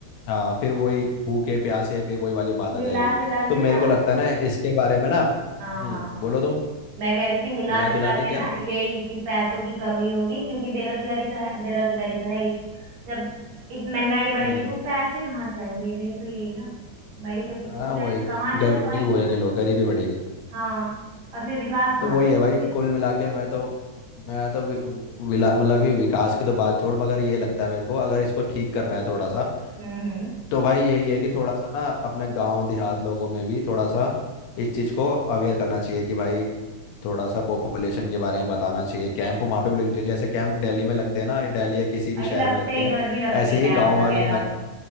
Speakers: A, on the left; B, on the right.
A: हाँ फिर वही भूखे प्यासे फिर वही वाली बात आ
B: मिला
A: जाएगी
B: जुला
A: तो
B: के
A: मेरे
B: ना
A: को लगता है ना इसके बारे में ना हम्म
B: हाँ हाँ हाँ।
A: बोलो तुम
B: मैं कह रही थी मिला
A: मिला
B: जुला
A: जुला के
B: के
A: क्या
B: ना यही कि पैसों की कमी होगी क्योंकि बेरोजगारी तो है बेरोजगारी तो है ही जब इतनी महंगाई बढ़ेगी
A: हम्म
B: तो पैसे कहाँ से आएंगे मेन तो यही है ना भाई जब
A: हाँ
B: कोई पैसे
A: वही
B: कमा नहीं
A: गरीब
B: रहा तो आएंगे
A: होएंगे
B: कहाँ
A: लोग
B: से?
A: गरीबी बढ़ेगी
B: हाँ और फिर विकास कहाँ
A: तो वही
B: से होगा
A: है भाई
B: फिर
A: कुल मिला के मैं तो मैं तो वि, विला मतलब कि विकास की तो बात छोड़ मगर ये लगता है मेरे को अगर इसको ठीक करना है थोड़ा सा
B: हम्म हम्म।
A: तो भाई यही है कि थोड़ा सा ना अपने गांव देहात लोगों में भी थोड़ा सा इस चीज़ को अवेयर करना चाहिए कि भाई थोड़ा सा पॉपुलेशन के बारे में बताना चाहिए कैंप वहाँ पे भी लगने चाहिए जैसे कैंप दिल्ली में लगते हैं ना ये दिल्ली या किसी भी
B: भाई
A: शहर
B: लगते
A: में लगते
B: हैं, इधर
A: हैं
B: भी लगते
A: ऐसे
B: हैं कैंप
A: ही गांव
B: वगैरह
A: वाले इलाके